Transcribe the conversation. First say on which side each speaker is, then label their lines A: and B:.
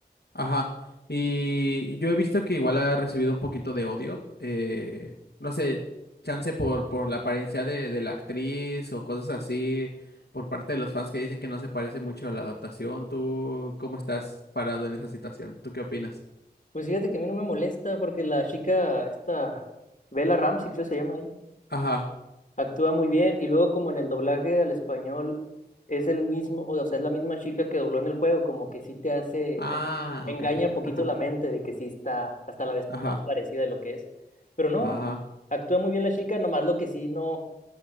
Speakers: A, on the left; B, on the left.
A: ajá. Y yo he visto que igual ha recibido un poquito de odio. eh, no sé, chance por, por la apariencia de, de la actriz o cosas así, por parte de los fans que dicen que no se parece mucho a la adaptación. ¿Tú cómo estás parado en esa situación? ¿Tú qué opinas?
B: Pues fíjate que a mí no me molesta porque la chica, esta Bella Ramsey, creo se llama ella,
A: Ajá.
B: actúa muy bien y luego como en el doblaje al español es el mismo, o sea, es la misma chica que dobló en el juego, como que sí te hace,
A: Ah,
B: como que engaña
A: ok.
B: un poquito
A: Ajá.
B: la mente de que sí está hasta la vez
A: Ajá.
B: más parecida de lo que es. Pero no,
A: Ajá.
B: actúa muy bien la chica, nomás lo que sí no.